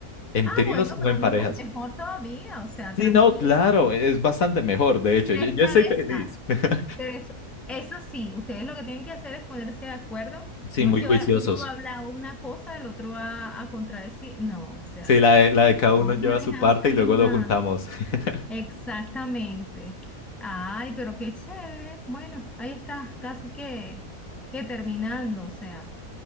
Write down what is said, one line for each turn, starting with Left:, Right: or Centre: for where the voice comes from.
Left: en
Centre: ah,
Left: tríos
Centre: bueno,
Left: o
Centre: pero
Left: en parejas.
Centre: no impo- mejor todavía, o sea,
Left: Sí,
Centre: tranquilo.
Left: no, claro, es bastante mejor, de hecho,
Centre: Tres
Left: yo, yo
Centre: cabezas.
Left: estoy feliz. <laughs>
Centre: Pero eso, eso sí, ustedes lo que tienen que hacer es ponerse de acuerdo.
Left: Sí,
Centre: No
Left: muy
Centre: es que
Left: juiciosos.
Centre: va- uno va a hablar una cosa, el otro va a contradecir. No, o sea,
Left: Sí, la de, la de cada uno
Centre: todos
Left: lleva
Centre: manejan
Left: su parte
Centre: una
Left: y luego
Centre: misma.
Left: lo juntamos. <laughs>
Centre: Exactamente. Ay, pero qué chévere. Bueno, ahí está, casi que, que terminando, o sea,